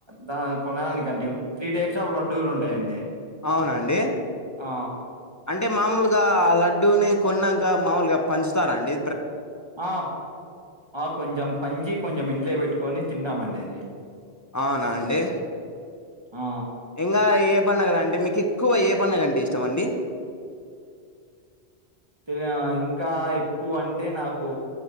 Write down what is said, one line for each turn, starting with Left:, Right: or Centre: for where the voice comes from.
Right: దా కొనడానికి అండి త్రీ టైప్స్ ఆఫ్ లడ్డూలు ఉంటాయ అండి
Left: అవున అండి
Right: ఆ
Left: అంటే మామూలుగా ఆ లడ్డూని కొన్నాక మామూలుగా పంచుతార అండి
Right: ఆ ఆ కొంచెంమ్ పంచి కొంచెం ఇంట్లో పెట్టుకొని తింటామ అండి అది
Left: అవునా అండి
Right: ఆ
Left: ఇంకా ఏ పండగల అండి మీకు ఎక్కువ ఏ పండగ అంటే ఇష్టమ అండి
Right: తిమ్యా ఇంకా ఎక్కువ అంటే నాకు